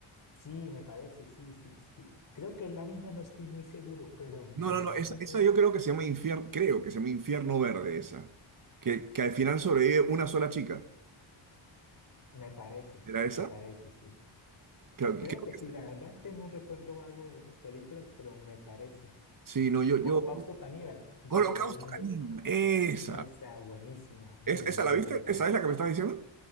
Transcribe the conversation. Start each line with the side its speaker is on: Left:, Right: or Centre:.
Left: Sí, me parece, sí, sí, sí. Creo que es la misma, no estoy muy seguro, pero me
Right: No, no,
Left: parece
Right: no, no, esa,
Left: ser.
Right: esa yo creo que se llama Infierno, creo que se llama Infierno Verde, esa. Que, que al final sobrevive una sola chica.
Left: Me parece,
Right: ¿Era
Left: me
Right: esa?
Left: parece, sí.
Right: Creo,
Left: Creo
Right: creo
Left: que
Right: que
Left: sí,
Right: es
Left: la verdad tengo un recuerdo vago de esas películas, pero me parece.
Right: Sí, no, yo,
Left: Holocausto
Right: yo.
Left: Caníbal, ya
Right: Holocausto
Left: me acordé el nombre.
Right: Canino.
Left: Pues,
Right: Esa.
Left: Esa buenísima, muy
Right: ¿Es, esa
Left: buena
Right: la viste?
Left: película.
Right: ¿Esa es la que me estás diciendo?